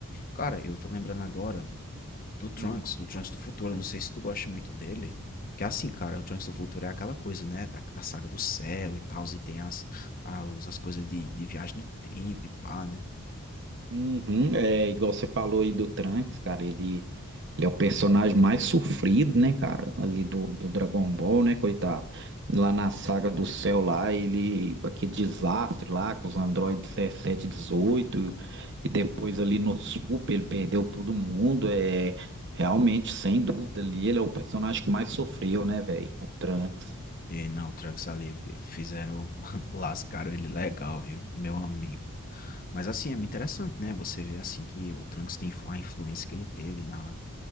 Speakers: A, on the left (about 40°); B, on the right (about 55°).
A: Cara, eu tô lembrando agora do Trunks,
B: Hum.
A: do Trunks do Futuro, eu não sei se tu gosta muito dele, que assim, cara, o Trunks do Futuro é aquela coisa, né, da, da saga do céu e tal, e tem as, as, as coisas de, de viagem no tempo e pá, né?
B: Uhum, é igual você falou aí do Trunks, cara. Ele, ele é o personagem mais sofrido, né, cara? Ali do, do Dragon Ball, né, coitado? Lá na saga do céu, lá, ele. Aquele desastre lá com os androides 17, dezoito E depois ali no Super, ele perdeu todo mundo. É, realmente, sem dúvida, ali ele é o personagem que mais sofreu, né, velho? O Trunks.
A: E não, o Trunks ali fizeram, <laughs> lascaram ele legal, viu? Meu amigo. Mas assim, é muito interessante, né? Você vê assim que o Trunks tem influ- a influência que ele teve na,